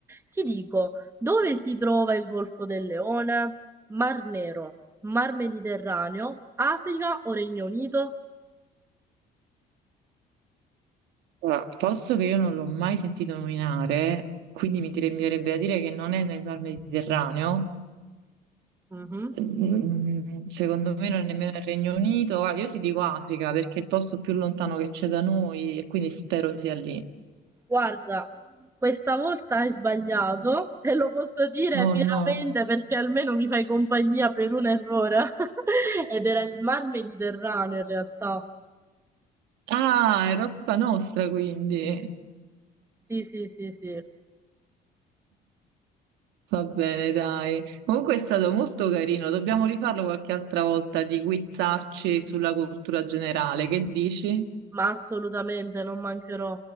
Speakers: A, on the right; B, on the right.
A: Ti dico, dove si trova il Golfo del Leone? Mar Nero, Mar Mediterraneo, Africa o Regno Unito?
B: Allora, posto che io non l'ho mai sentito nominare, quindi mi direbbe a dire che non è nel Mar Mediterraneo,
A: Mhm.
B: Mm, Secondo me non è nemmeno il Regno Unito. Guarda, io ti dico Africa perché è il posto più lontano che c'è da noi e quindi spero sia lì.
A: Guarda, questa volta hai sbagliato e lo posso dire
B: Oh
A: fieramente
B: no.
A: perché almeno mi fai compagnia per un errore. <laughs> Ed era il Mar Mediterraneo in realtà.
B: Ah, è roba nostra quindi.
A: Sì, sì, sì, sì,
B: Va bene, dai. Comunque è stato molto carino. Dobbiamo rifarlo qualche altra volta di quizzarci sulla cultura generale. Che dici?
A: ma assolutamente non mancherò.